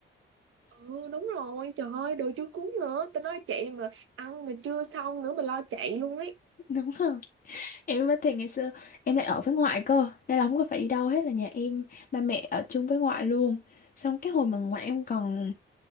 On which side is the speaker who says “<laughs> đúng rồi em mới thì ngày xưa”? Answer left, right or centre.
Left